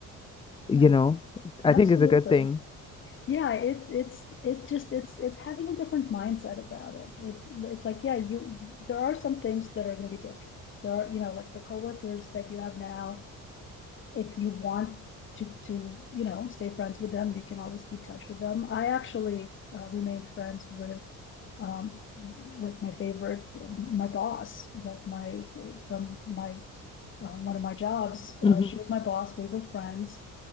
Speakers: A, on the left (about 15°); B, on the left (about 40°).
A: you
B: Yeah,
A: know, I
B: absolutely.
A: think is a good thing.
B: Yeah, it it's it just it's it's having a different mindset about it. It it's like, yeah, you there are some things that are going to be different. There are, you know, like the coworkers that you have now, if you want to to, you know, stay friends with them, you can always keep touch with them. I actually uh, remained friends with um like my favorite my boss like my from my uh, one of my jobs.
A: hmm
B: Uh, she was my boss. We were friends,